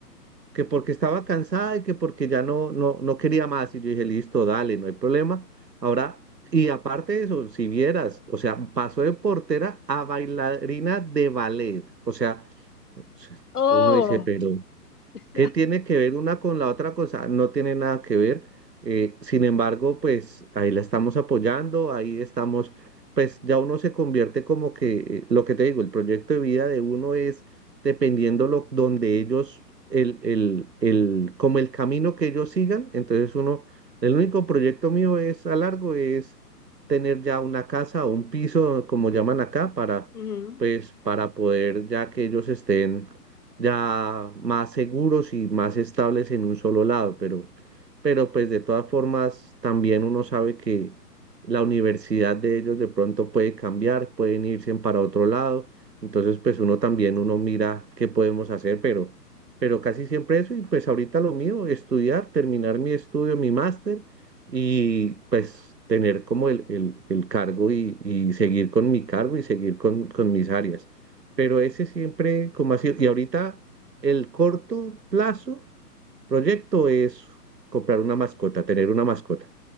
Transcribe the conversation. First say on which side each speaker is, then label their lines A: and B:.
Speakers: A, on the right; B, on the left.
A: que porque estaba cansada y que porque ya no, no, no quería más. Y yo dije, listo, dale, no hay problema. Ahora, y aparte de eso, si vieras, o sea, pasó de portera a bailarina de ballet. O sea, o sea,
B: Oh,
A: uno dice, pero
B: <laughs>
A: ¿Qué tiene que ver una con la otra cosa? No tiene nada que ver. eh, sin embargo, pues ahí la estamos apoyando, ahí estamos, pues ya uno se convierte como que, eh, lo que te digo, el proyecto de vida de uno es dependiendo lo, donde ellos, el, el, el, como el camino que ellos sigan. Entonces uno, el único proyecto mío es a largo, es tener ya una casa o un piso, como llaman acá, para,
B: ujú.
A: pues, para poder ya que ellos estén ya más seguros y más estables en un solo lado, pero, pero pues de todas formas también uno sabe que la universidad de ellos de pronto puede cambiar, pueden irse para otro lado, entonces pues uno también uno mira qué podemos hacer, pero, pero casi siempre eso y pues ahorita lo mío, estudiar, terminar mi estudio, mi máster y pues tener como el, el, el cargo y, y seguir con mi cargo y seguir con, con mis áreas pero ese siempre como así. Y ahorita el corto plazo proyecto es comprar una mascota, tener una mascota.